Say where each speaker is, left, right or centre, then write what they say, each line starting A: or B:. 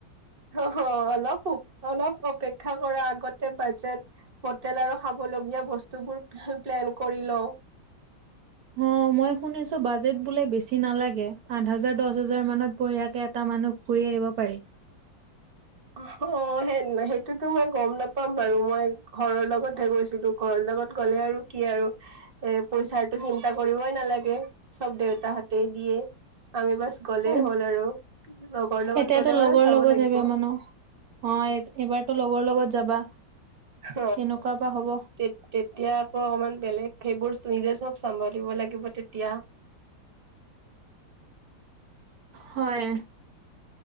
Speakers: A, on the right; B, on the right.
A: হ হ অলপ সুখ অলপ অলপ। অপেক্ষা কৰ আগতে বাজেট হোটেল আৰু খাব লগীয়া বস্তুবোৰ প্লেন কৰিল।
B: অ মই শুনিছো বাজেট বোলে বেছি নালাগে আঠ হাজাৰ দচ হাজাৰ মানত বঢ়িয়াকে এটা মানুহ ঘুৰি আহিব পাৰি।
A: অ হ সেই সেইটোতো মই গম নাপাম বাৰু মই ঘৰৰ লগত হে গৈছিলো। ঘৰৰ লগত গ'লে আৰু কি আৰু। এ পইচাৰটো চিন্তা কৰিবই নালাগে। চব দেউতা হতে দিয়ে। আমি বাছ গ'লেই
B: অ'
A: হ'ল আৰু লগৰ লগত
B: এতিয়াতো
A: গ'লে
B: লগৰ
A: বাৰু চাব
B: লগত
A: লাগিব।
B: যাবা মানে অ এইবাৰতো লগৰ লগত যাবা?
A: হ
B: কেনেকুৱা বা হ'ব
A: তে তেতিয়া আকৌ অকমান বেলেগ। সেইবোৰ নিজে চব চম্ভালিব লাগিব তেতিয়া।
B: হয়।